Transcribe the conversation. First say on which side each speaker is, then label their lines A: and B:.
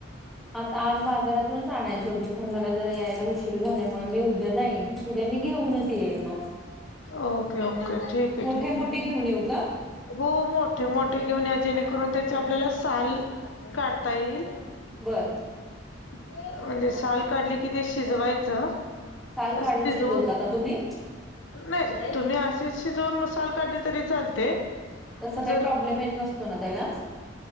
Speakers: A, in the centre; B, on the left.
A: आता आज बाजारातूनच आणायचे होते खर मला जरा यायला उशीर झाल्यामुळे मी उद्या जाईन. तध्या मी घेऊनच येईन म
B: ओके ओके ठीक आहे
A: मोठे
B: ठीक
A: मोठे
B: आहे
A: घेऊन येऊ का?
B: हो मोठे मोठे घेऊन या जेणेकरून त्याचे आपल्याला साल काढता येईल.
A: बरं
B: म्हणजे साल काढली कि ते शिजवायचं.
A: साल काढून
B: शिजवून
A: शिजवता का तुम्ही?
B: नाही तुम्ही आशिच जोन मसाल काढली तरी चालते.
A: तस
B: जर
A: काही प्रॉब्लेम येत नसतो ना त्याला